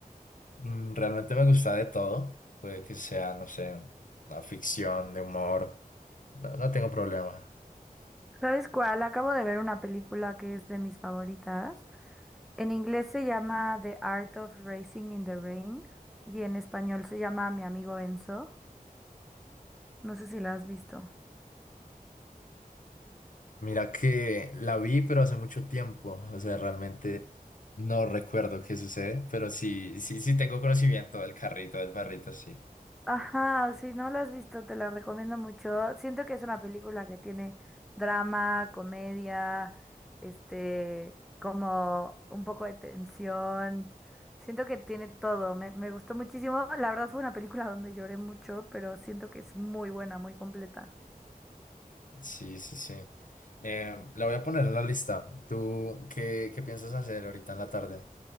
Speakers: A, on the left; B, in the centre.
A: Mm, Realmente me gusta de todo. Puede que sea, no sé, una ficción de humor. No, no tengo problema.
B: ¿Sabes cuál? Acabo de ver una película que es de mis favoritas. En inglés se llama The Art of Racing in the Rain y en español se llama Mi amigo Enzo. No sé si la has visto.
A: Mira que la vi, pero hace mucho tiempo. O sea, realmente no recuerdo qué sucede, pero sí, sí, sí tengo conocimiento del carrito, del perrito, sí.
B: Ajá, si no la has visto, te la recomiendo mucho. Siento que es una película que tiene drama, comedia, este, como un poco de tensión. Siento que tiene todo. Me, me gustó muchísimo. La verdad fue una película donde lloré mucho, pero siento que es muy buena, muy completa.
A: Sí, sí, sí. Eh, la voy a poner en la lista. ¿Tú qué, qué piensas hacer ahorita en la tarde?